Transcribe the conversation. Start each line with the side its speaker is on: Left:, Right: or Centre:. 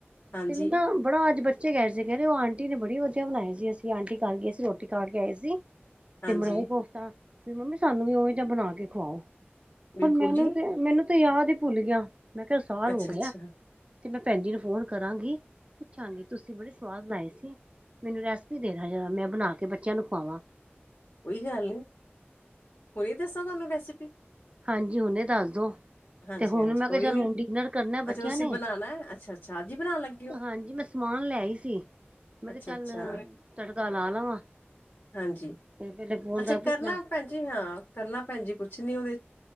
Left: ਹਾਂਜੀ
Right: ਤੇ ਬੰਦਾ ਬੜਾ, ਅੱਜ ਬੱਚੇ ਬੱਚੇ ਕਹਿ ਸੀ, ਔਹ ਆਂਟੀ ਨੇ ਬੜੀ ਵਧੀਆ ਬਣਾਈ ਸੀ, ਅਸੀਂ ਆਂਟੀ ਕਰ ਗਏ ਅ ਸੀਂ, ਰੋਟੀ ਖਾ ਕੇ ਆਏ ਸੀ।
Left: ਹਾਂਜੀ
Right: ਤੇ ਮਲਾਈ ਕੋਫਤਾ, ਵੀ ਮੰਮੀ ਸਾਨੂੰ ਵੀ ਔਵੇ ਜਿਯਾ ਬਣਾ ਕੇ ਖਵਾਔ,
Left: ਬਿਲਕੁਲ
Right: ਹੁਣ ਮੈਨੂੰ
Left: ਜੀ
Right: ਤੇ ਮੈਨੂੰ ਤੇ ਯਾਦ ਹੀ ਭੁੱਲ ਗਿਆ, ਮੈਂ ਕਿਹਾ ਸਾਲ
Left: ਅੱਛਾ
Right: ਹੋ
Left: ਅੱਛਾ
Right: ਗਿਆ ਤੇ ਮੈਂ ਭੈਣ ਜੀ ਨੂੰ ਫੋਨ ਕਰਾਂਗੀ ਪੁੱਛਾਂਗੀ, ਤੁਸੀਂ ਬੜੇ ਸਵਾਦ ਬਣਾਏ ਸੀ ਮੈਨੂੰ ਰੈਸਪੀ ਦੇਣਾ ਜ਼ਰਾ, ਮੈਂ ਬਣਾ ਕੇ ਬੱਚਿਆਂ ਨੂੰ ਖੁਵਾਵਾਂ
Left: ਕੋਈ ਗੱਲ ਨਹੀਂ, ਹੁਣ ਦੱਸਾਂ ਤੁਹਾਨੂੰ ਰੈਸਪੀ
Right: ਹਾਂਜੀ, ਹੁਣੇ ਦੱਸ ਦੋ
Left: ਹਾਂਜੀ
Right: ਤੇ ਹੁਣ
Left: ਹਾਂਜੀ
Right: ਮੈਂ
Left: ਕੋਈ
Right: ਕਿਹਾ ਚੱਲ
Left: ਨੀ
Right: ਹੁਣ ਡਿਨਰ ਕਰਨਾ
Left: ਅੱਛਾ
Right: ਬੱਚਿਆਂ
Left: ਤੁਸੀਂ
Right: ਨੇ,
Left: ਬਣਾਉਣਾ ਹੈ ਅੱਛਾ ਅੱਛਾ ਅੱਜ ਹੀ ਬਣਾਉਣ ਲੱਗੇ ਹੋ
Right: ਹਾਂਜੀ ਮੈਂ ਸਮਾਨ ਲੈ ਆਈ ਸੀ, ਮੈਂ
Left: ਅੱਛਾ
Right: ਤੇ ਚੱਲ
Left: ਅੱਛਾ
Right: ਤੜਕਾ ਲਾ ਲਵਾਂ
Left: ਹਾਂਜੀ
Right: ਤੇ ਪਹਿਲੇ ਫੋਨ
Left: ਅੱਛਾ
Right: ਕਰ ਪੁੱਛਣਾ
Left: ਕਰਨਾ ਭੈਣ ਜੀ ਹਾਂ ਕਰਨਾ ਭੈਣ ਜੀ, ਕੁਛ ਨੀ ਉਹਦੇ